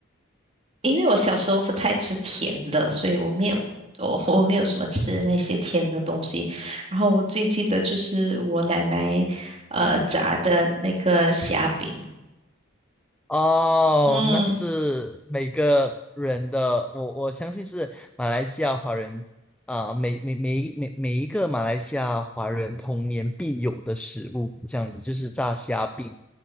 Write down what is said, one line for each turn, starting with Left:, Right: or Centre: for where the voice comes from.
Right: 因为我小时候不太吃甜的，所以我没有我我没有什么吃那些甜的东西。然后我最记得就是我奶奶呃炸的那个虾饼，
Centre: 哦，
Right: 嗯，
Centre: 那是每个人的，我我相信是马来西亚华人啊、每每每一每每一个马来西亚华人童年必有的食物，这样子就是炸虾饼，